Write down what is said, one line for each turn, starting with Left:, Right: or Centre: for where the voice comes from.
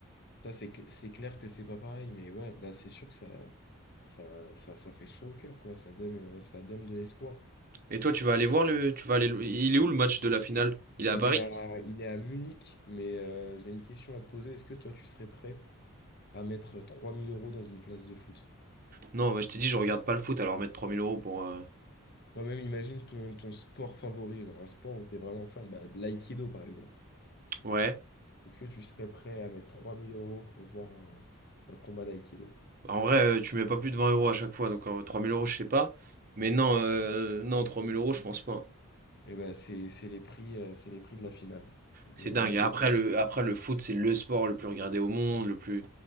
Left: Ça, c'est cl- c'est clair que c'est pas pareil, mais ouais, là, c'est sûr que ça, ça, ça, ça fait chaud au cœur, quoi, ça donne, euh, ça donne de l'espoir.
Right: Et toi tu vas aller voir le, tu vas aller, le- il est où le match de la finale? Il est à
Left: Il
Right: Paris?
Left: est à, il est à Munich, mais euh, j'ai une question à te poser. Est-ce que toi, tu serais prêt à mettre 3000 euros dans une place de foot?
Right: Non, bah, je t'ai dit je regarde pas le foot alors mettre 3000 euros pour. euh,
Left: Moi-même, imagine ton, ton sport favori, genre un sport où tu es vraiment fan, bah, l'aïkido par exemple.
Right: Ouais.
Left: Est-ce que tu serais prêt à mettre 3000 euros pour voir un, un combat d'aïkido?
Right: Bah, En vrai, euh, tu mets pas plus de 20 euros à chaque fois, donc euh, 3000 euros, je sais pas. Mais non, euh, non, 3000 euros, je pense pas. hein.
Left: Eh ben, c'est, c'est les prix, euh, c'est les prix de la finale.
Right: C'est
Left: Là,
Right: dingue.
Left: il déplace
Right: Et Après
Left: pour-
Right: le, après, le foot, c'est le sport le plus regardé au monde, le plus.